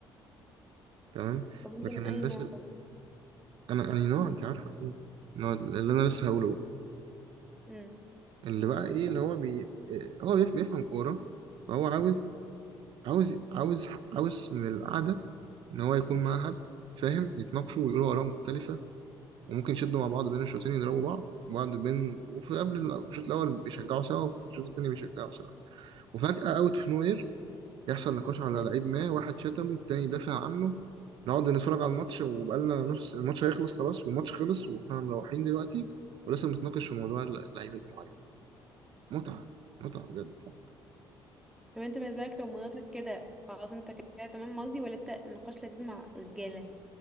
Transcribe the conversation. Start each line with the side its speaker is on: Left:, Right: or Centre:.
Right: تمام
Centre: طب أنت
Right: لكن
Centre: من أي
Right: الناس
Centre: نوع
Right: اللي...
Centre: طب
Right: أنا أنا نوع أنت عارفة إيه نوع اللي أنا لسه هقوله بقى
Centre: مم.
Right: اللي بقى إيه اللي هو بي... إيه، هو بيف- بيفهم كورة فهو عاوز عاوز عاوز عاوز من القعدة إن هو يكون معاه حد فاهم يتناقشوا ويقولوا آراء مختلفة وممكن يشدوا مع بعض بين الشوطين يضربوا بعض بعض بين وفي قبل ال- الشوط الأول بيشجعوا سوا وفي الشوط التاني بيشجعوا سوا وفجأة أوت أوف نوير يحصل نقاش على
Centre: مم.
Right: لعيب ما واحد شتمه التاني دافع عنه نقعد نتفرج على الماتش وبقالنا نص الماتش هيخلص خلاص والماتش خلص واحنا مروحين دلوقتي ولسه بنتناقش في موضوع اللعيب المعين متعة متعة بجد
Centre: طب أنت بالنسبة لك لو مراتك كده خلاص أنت كده تمام مرضي ولا أنت نقاش لذيذ مع رجالة